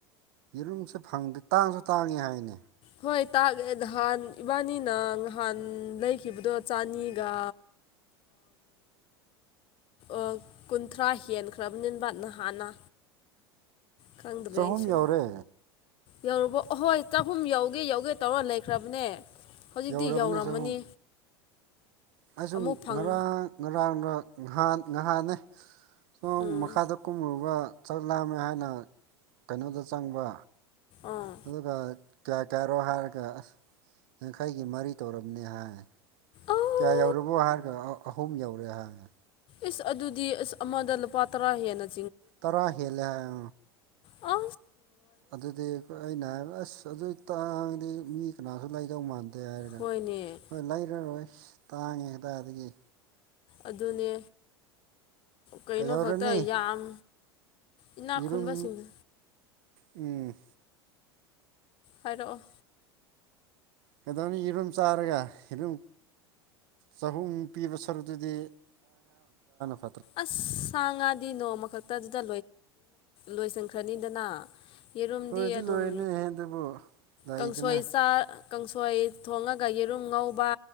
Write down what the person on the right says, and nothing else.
ꯌꯦꯔꯨꯝꯁꯦ ꯐꯪꯗꯦ ꯇꯥꯡꯁꯨ ꯇꯥꯡꯉꯤ ꯍꯥꯏꯅꯦ
ꯆꯍꯨꯝ
ꯌꯧꯔꯦ
ꯌꯧꯔꯕꯅꯦ
ꯆꯍꯨꯝ ꯑꯩꯁꯨ
ꯉꯔꯥꯡ ꯉꯔꯥꯡꯅꯍ ꯉꯥꯏꯍꯥꯟꯅꯤ ꯁꯣ
ꯃꯈꯥꯗ ꯀꯨꯝꯔꯨꯕ ꯆꯥꯛ ꯂꯥꯝꯃꯦ ꯍꯥꯏꯅ ꯀꯩꯅꯣꯗ ꯆꯪꯕ
ꯑꯗꯨꯒ ꯀꯌꯥ ꯀꯌꯥꯔꯣ ꯍꯥꯏꯔꯒ ꯑꯁ ꯌꯥꯡꯈꯩꯒꯤ ꯃꯔꯤ ꯇꯧꯔꯕꯅꯤ ꯍꯥꯏ
ꯀꯌꯥ ꯌꯧꯔꯕꯣ ꯍꯥꯏꯔꯒ ꯑꯍꯨꯝ ꯌꯧꯔꯦ ꯍꯥꯡꯉꯦ
ꯇꯔꯥ ꯍꯦꯂꯦ ꯍꯥꯏ
ꯑꯗꯨꯗꯤ ꯑꯩꯏ ꯑꯩꯅ ꯍꯥꯏꯕ ꯑꯁ ꯑꯗꯨ ꯇꯥꯡꯉꯥꯗꯤ ꯃꯤ ꯀꯅꯥꯁꯨ ꯂꯩꯗꯧ ꯃꯥꯟꯗꯦ ꯗꯦ ꯍꯥꯏꯔꯒ
ꯍꯣꯏ ꯂꯩꯔꯔꯣꯏ ꯇꯥꯡꯉꯦ ꯍꯗꯥꯏꯗꯒꯤ
ꯀꯩꯗꯧꯔꯅꯤ
ꯌꯦꯔꯨꯝ
ꯎꯝ
ꯀꯩꯗꯧꯅꯤ ꯌꯦꯔꯨꯝ ꯆꯥꯔꯒ ꯌꯦꯔꯨꯝ ꯆꯍꯨꯝ ꯄꯤꯕ ꯁꯔꯨꯛꯇꯨꯗꯤ <unintelligible>
ꯂꯣꯏꯗꯤ
ꯂꯣꯏꯅꯤ ꯑꯗꯨꯕꯨ ꯂꯩꯗꯅ